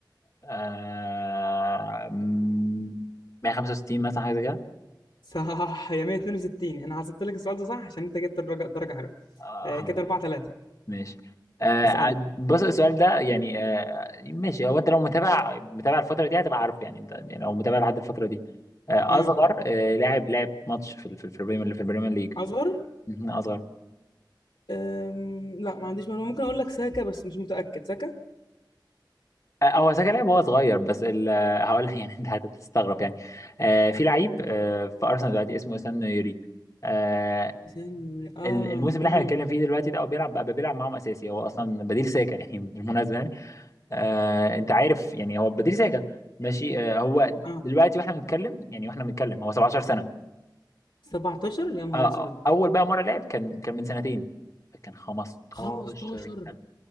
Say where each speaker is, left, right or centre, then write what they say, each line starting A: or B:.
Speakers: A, on the left (about 40°); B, on the left (about 85°).
A: آه م- 165 مثلا حاجة زي كده
B: صح يا 162 انا حسبت لك السؤال ده صح عشان انت جبت الدرجة درجة حلوة
A: آه،
B: آه كده 4 3
A: ماشي آه
B: اسألني
A: عد- بص السؤال ده يعني آه ماشي هو انت لو متابع متابع الفتره دي هتبقى عارف يعني انت يعني لو متابع لحد الفتره دي آه
B: امم
A: اصغر آه لاعب لعب ماتش في ال- في البريمير اللي في البريمير ليج
B: اصغر
A: مهم، اصغر
B: أم... لا ما عنديش معلومة ممكن اقول لك ساكا بس مش متأكد ساكا
A: آه هو ساكا لعب وهو صغير بس ال- آه، هقول لك يعني <laughs> انت هتستغرب يعني آه في لعيب آه في ارسنال دلوقتي اسمه اسام نويري آه
B: ثانية اه
A: ال- الموسم اللي
B: امم
A: احنا بنتكلم فيه دلوقتي ده هو بيلعب بقى بيلعب معاهم اساسي هو اصلا بديل ساكا <laughs> يعني بالمناسبه آه، انت عارف يعني هو بديل ساكا ماشي آه، هو
B: اه
A: دلوقتي واحنا بنتكلم يعني واحنا بنتكلم هو 17 سنه
B: 17 يا نهار
A: آه،
B: اسود
A: اول بقى مره لعب كان كان من سنتين كان 15
B: 15
A: سنه